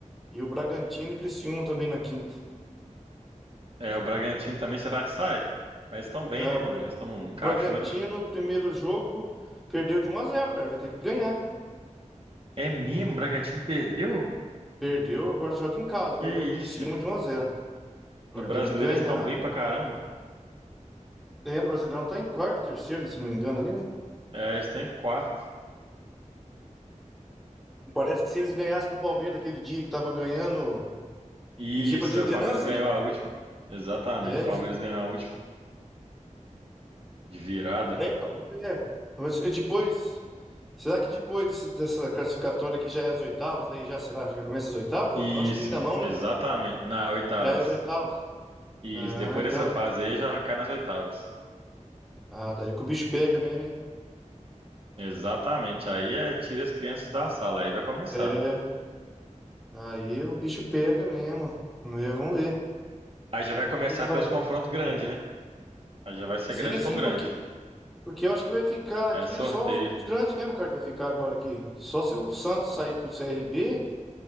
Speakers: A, in the centre; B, on the right.
A: e o Bragantino e Criciúma também na quinta.
B: É, o Bragantino também, será que sai? Mas estão bem,
A: É,
B: né?
A: o, Bra-
B: Eles estão,
A: o Bragantino,
B: encaixou, né?
A: primeiro jogo, perdeu de um a zero cara, vai ter que ganhar.
B: É mesmo, o Bragantino perdeu?
A: Perdeu, agora joga em casa,
B: Que
A: perdeu pro
B: isso?
A: Criciúma
B: é?
A: de um a zero Agora
B: No Brasileiro
A: tem que ganhar.
B: eles estão bem pra caramba.
A: É, no Brasileirão tá em quarto, terceiro, se não me engano ali, né?
B: É, eles estão em quarto.
A: Parece que se eles ganhassem do Palmeiras aquele dia que tava ganhando,
B: Isso,
A: eles iam pra liderança,
B: é, o Palmeiras ganhou
A: né?
B: a última. Exatamente,
A: É,
B: o Palmeiras
A: eles
B: ganhou a última. De virada.
A: É, então, vamos ver. Mas e depois, será que depois desse- dessa classificatória aqui já é as oitavas? Daí já será? Já começa as oitavas?
B: Isso,
A: Ou não? Acho que ainda não,
B: exatamente.
A: né?
B: Na oitavas.
A: Já é as oitavas.
B: E
A: Ah,
B: depois
A: então.
B: dessa fase aí já cai nas oitavas.
A: Ah, daí que o bicho pega mesmo, hein?
B: Exatamente. Aí é tira as crianças da sala, aí vai começar.
A: É, aí o bicho pega mesmo. Né, Vamos ver.
B: Aí já vai começar
A: Vamos ver o que
B: a ter
A: vai.
B: os confrontos grandes, né? Aí já vai ser
A: Sim,
B: grande
A: sim,
B: com grande.
A: porque, porque eu acho que vai ficar aqui
B: É sorteio,
A: só os, os grandes mesmo, cara, que vai ficar agora aqui. Só se o Santos sair pro CRB,